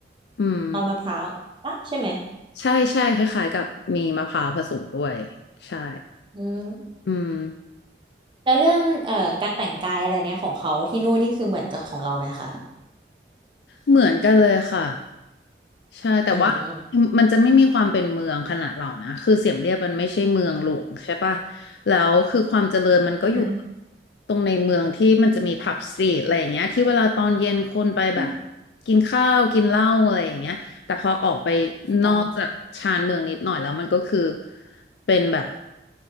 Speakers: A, on the left (about 75°); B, on the right (about 25°).
A: อืม
B: ตอนมะพร้าวปะใช่ไหม
A: ใช่ใช่คล้ายๆกับมีมะพร้าวผสมด้วยใช่
B: อืม
A: อืม
B: แล้วเรื่องเอ่อการแต่งกายอะไรเนี้ยของเขาที่นู่นนี่คือเหมือนกับของเราไหมคะ
A: เหมือนกันเลยค่ะ ใช่แต่ว่า
B: อืม
A: มันจะไม่มีความเป็นเมืองขนาดเรานะคือเสียมเรียบมันไม่ใช่เมืองหลวงใช่ปะแล้วคือความเจริญมันก็อยู่
B: อืม
A: ตรงในเมืองที่มันจะมีผับสตรีทอะไรอย่างเงี้ยที่เวลาตอนเย็นคนไปแบบ
B: อ
A: กินข้าวกินเหล้าอะไรอย่างเงี้ยแต่พอออกไป
B: ๋อ
A: นอกจากชานเมืองนิดหน่อยแล้วมันก็คือเป็นแบบ